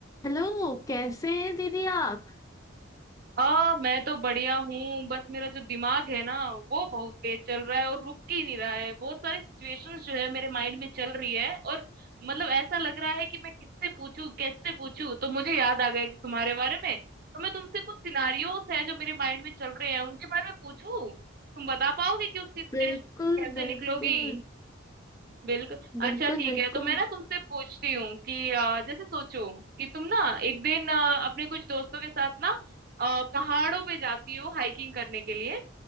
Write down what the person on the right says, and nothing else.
हाँ मैं तो बढ़िया हूँ बस मेरा जो दिमाग है ना वो बहुत तेज चल रहा है और रुक ही नहीं रहा है बहुत सारी सिचुएशंस जो है मेरे माइंड में चल रही है और मतलब ऐसा लग रहा है कि मैं किससे पूछूं कैसे पूछूं तो मुझे याद आ गया कि तुम्हारे बारे में तो मैं तुमसे कुछ सिनारियोस है जो मेरे माइंड में चल रहे हैं उनके बारे में पूछूं तुम बता पाओगे कि उस सिचुएशन
कैसे
निकलोगी बिल्कुल
अच्छा ठीक
है तो मैं ना तुमसे पूछती हूँ कि अ, जैसे सोचो कि तुम ना एक दिन अ, अपने कुछ दोस्तों के साथ ना अ, पहाड़ों पे जाती हो हाइकिंग करने के लिए